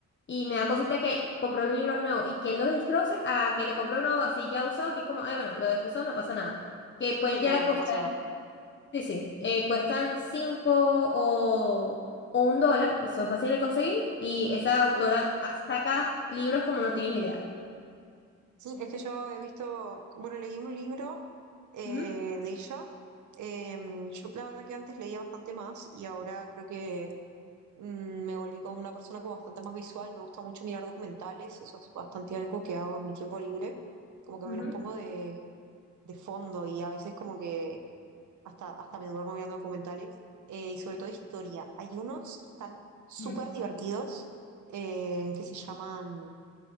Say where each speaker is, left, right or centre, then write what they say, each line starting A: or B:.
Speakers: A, on the left (about 40°); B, on the right (about 80°).
A: Y me da cosita que compró un libro nuevo y que él lo destroce a que le compró uno así ya usado, que es como, ay, bueno, lo destrozó, no pasa nada. Que pueden
B: Sí,
A: llegar
B: claro,
A: a costar,
B: no pasa nada.
A: sí, sí, eh, cuestan cinco o, o un dólar, son fáciles de conseguir. Y esa autora
B: Uf.
A: saca libros como no tienes idea.
B: Sí, es que yo he visto, bueno, leí un libro eh,
A: Ujú,
B: de ella. Eh, yo la verdad que antes leía bastante más y ahora creo que mm, me volví como una persona como bastante más visual. Me gusta mucho mirar documentales, eso es bastante algo que hago en mi tiempo libre como que
A: ujú,
B: me los pongo de, de fondo y a veces como que hasta, hasta me duermo mirando documentales eh, y sobre todo historia. Hay unos que están súper
A: ujú.
B: divertidos eh, que se llaman